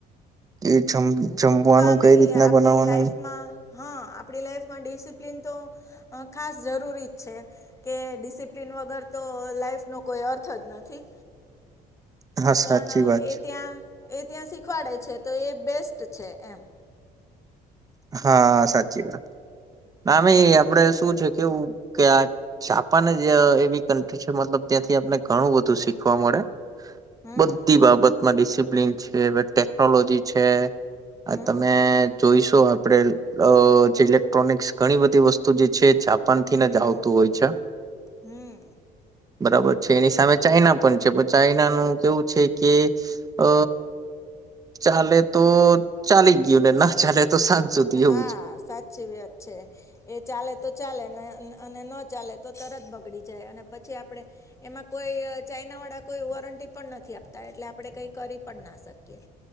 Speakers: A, on the right; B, on the left.
A: કે જમ જમવાનું
B: આમેય
A: કઈ રીતના
B: આપણી
A: બનાવવાનું.
B: લાઈફમાં હા આપણી લાઈફમાં ડિસિપ્લિન તો ખાસ જરૂરીજ છે કે ડિસિપ્લિન વગર તો તો લાઈફ નો કોઈ અર્થ જ નથી.
A: <unintelligible>
B: પણ
A: સાચી વાત
B: એ
A: છે
B: ત્યાં એ ત્યાં શીખવાડે છે. તો એ બેસ્ટ છે, એમ
A: હા સાચી વાત ના
B: હમ
A: મે આપડે શું છે કેવું કે આ જાપાનજ એવી કન્ટ્રી છે મલબ ત્યાંથી આપને ઘણું બધું શીખવા મળે.
B: હમ
A: બધી બાબતમાં ડિસિપ્લિન છે ટેકનોલોજી છે. હ
B: હમ
A: તમે જોઈશો. આપડે અ જે ઇલેક્ટ્રોનિકસ ઘણી બધી વસ્તુ જે છે. પાન થીને
B: હમ
A: જ આવતું હોય છે.
B: હમ
A: બરાબર છે એની સામે ચાઈના પણ છે પણ ચાઈનાનું કેવું છે, કે અ ચાલે તો ચાલી જ ગયું ને ના ચાલે તો સાંજ સુધી
B: હા,
A: એવું છે.
B: સાચી વાત છે એ ચાલે તો ચાલેને અને ન ચાલે તો તરત બગડી જાય અને પછી આપણે એમાં કોઈ ચાઇનાવાળા કોઈ વોરંટી પણ નથી આપતા એટલે આપણે કઈ કરી પણ ના શકીએ.